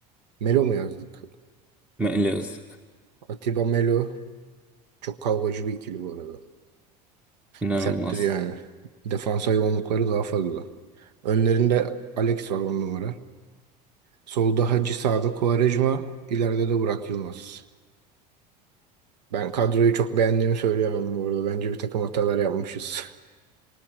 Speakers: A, on the right (about 80°); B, in the centre.
A: Melo mu yazdık?
B: Meli Öztürk.
A: Atiba Melo çok kavgacı bir ikili bu arada.
B: İnanılmaz.
A: Serttir yani. Defans hayvanlıkları daha fazla. Önlerinde Alex var on numara. Solda Hacı, sağda Quaresma, ileride de Burak Yılmaz. Ben kadroyu çok beğendiğimi söyleyemem bu arada. Bence bir takım hatalar yapmışız. <laughs>